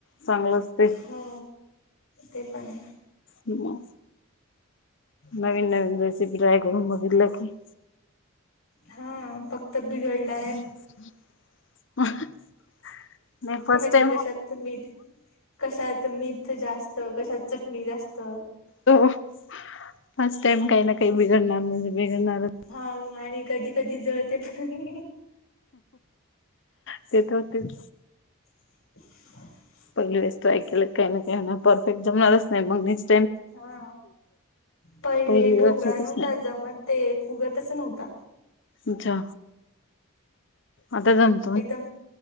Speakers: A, on the left; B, on the left.
A: चांगलं असते
B: हो ते पण आहे.
A: मं. नवीन, नवीन रेसिपी ट्राय करून बघितल की.
B: हा फक्त बिघडल्या
A: <inaudible>
B: म्हणजे
A: टाइम
B: कशात मीठ, कशात मीठ जास्त, कशात चटणी जास्त.
A: हो फस्ट टाईम काही ना काही बिघडणार म्हणजे बिघडणार.
B: हा आणि कधी, कधी जळते पण.
A: ते त होतेच.
B: <inaudible>
A: पगली वेस ट्राय केलं काही ना काही होनार, परफेक्ट जमणारच नाही मग निस
B: हा पहिले
A: पहिली
B: ढोकळा
A: वेळेस होतच
B: नव्हता
A: नाही
B: जमत, ते फुगतच नव्हता.
A: अच्छा आतागण.
B: एकदम